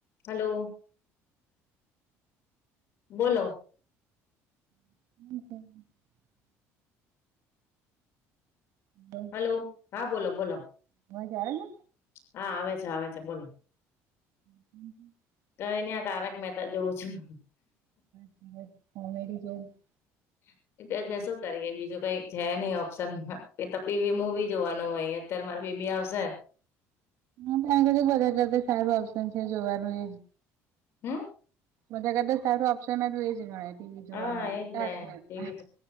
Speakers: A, on the left; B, on the right.
A: હાલો. બોલો?
B: <inaudible> <inaudible>
A: હાલો હા બોલો બોલો.
B: અવાજ આવે છે?
A: હા આવે છે આવે છે બોલો.
B: <inaudible>
A: કયની આ તારક મહેતા જોઉં છું.
B: <inaudible> <unintelligible>
A: <inaudible> તે જ ને શું કરીએ બીજું કઈક છે નઈ ઓપ્શન માં કે તપીવી મુવી જોવાનું હોય. અત્યારે મારી બેબી આવશે.
B: <unintelligible> જોવાનું એ.
A: હું?
B: બધાકરતા સારું ઓપ્શન એજ ગણાય. ટીવી જોવા
A: હા
B: માટે
A: એજ
B: તારક
A: ને
B: મહેતા.
A: ટી વી